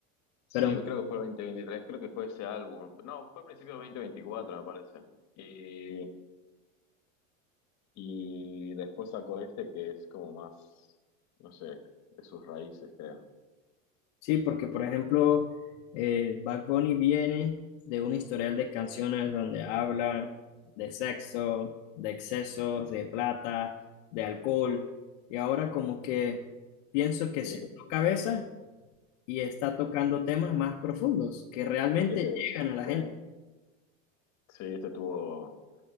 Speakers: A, on the left; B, on the left.
A: Sí,
B: Pero
A: creo que fue el 2023. creo que fue ese álbum. No, fue a principios de 2024, me parece. Y, y después sacó este que es como más, no sé, de sus raíces, creo.
B: sí, porque por ejemplo, eh, Bad Bunny viene de un historial de canciones donde habla de sexo, de excesos, de plata, de alcohol. Y ahora como que pienso que
A: Sí,
B: se
A: este,
B: cabeza y está tocando temas más profundos que realmente
A: este,
B: llegan a la
A: sí.
B: gente.
A: Sí, este estuvo,